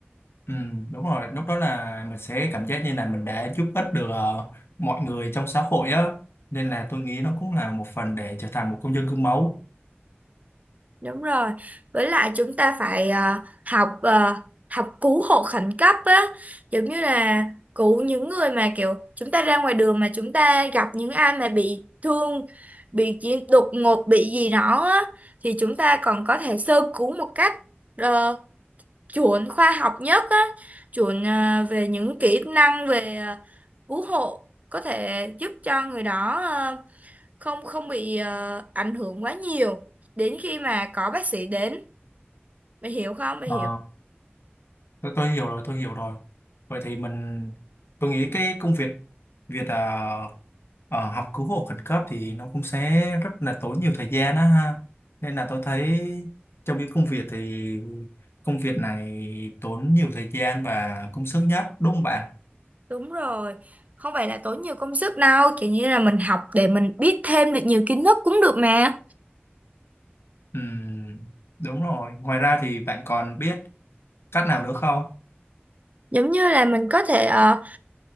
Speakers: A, on the left; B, on the right.
A: ừ, đúng rồi lúc đó là mình sẽ cảm giác như là mình đã giúp ích được ờ, mọi người trong xã hội á nên là tôi nghĩ nó cũng là một phần để trở thành một công dân gương mẫu
B: Đúng rồi. Với lại chúng ta phải ờ, học ờ, học cứu hộ khẩn cấp á, giống như là cứu những người mà kiểu chúng ta ra ngoài đường mà chúng ta gặp những ai mà bị thương, bị chỉ đột ngột bị gì đó á thì chúng ta còn có thể sơ cứu một cách ờ, chuẩn khoa học nhất á, chuẩn ờ, về những kỹ năng về ờ, cứu hộ có thể giúp cho người đó ờ, không không bị ờ, ảnh hưởng quá nhiều đến khi mà có bác sĩ đến mày hiểu không mày
A: Ờ,
B: hiểu
A: tôi, tôi hiểu rồi tôi hiểu rồi vậy thì mình tôi nghĩ cái công việc việc à, à, học cứu hộ khẩn cấp thì nó cũng sẽ rất là tốn nhiều thời gian á ha nên là tôi thấy trong những công việc thì công việc này tốn nhiều thời gian và công sức nhất đúng không bạn
B: đúng rồi không phải là tốn nhiều công sức đâu kiểu như là mình học để mình biết thêm được nhiều kiến thức cũng được mà
A: Ừm, đúng rồi ngoài ra thì bạn còn biết cách nào nữa không
B: giống như là mình có thể ờ,